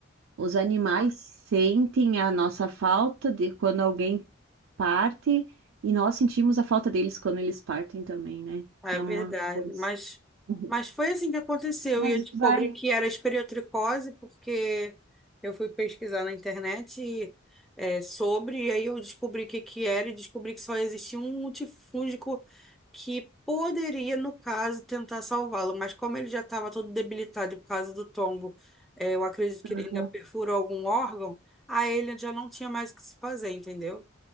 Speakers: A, on the right; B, in the centre.
A: Os animais sentem a nossa falta de quando alguém parte e nós sentimos a falta deles quando eles partem também, né?
B: É
A: É
B: verdade,
A: uma coisa.
B: mas,
A: Uhum.
B: mas foi assim que aconteceu.
A: Mas
B: E eu descobri
A: vai.
B: que era esporotricose, porque eu fui pesquisar na internet e, é, sobre, e aí eu descobri o que, que era e descobri que só existia um multifúngico que poderia, no caso, tentar salvá-lo. Mas como ele já estava todo debilitado por causa do tombo, é, eu acredito que
A: Aham.
B: ele ainda perfurou algum órgão, aí ele já não tinha mais o que se fazer, entendeu?